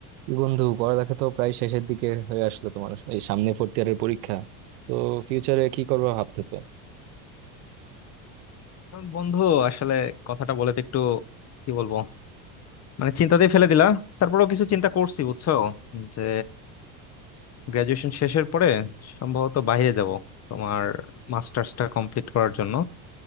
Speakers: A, on the right; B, on the left.
A: কি বন্ধু পড়ালেখা তো প্রায় শেষের দিকে হয়ে আসলো তোমার এই সামনে ফোর্থ ইয়ারের পরীক্ষা তো ফিউচারে কি করবা ভাবতেছো
B: বন্ধু আসলে কথাটা বলে তো একটু কি বলবো মানে চিন্তাতেই ফেলে দিলা তারপরেও কিছু চিন্তা করছি বুঝছো যে গ্রাজুয়েশন শেষের পরে সম্ভবত বাইরে যাব তোমার মাস্টার্সটা কমপ্লিট করার জন্য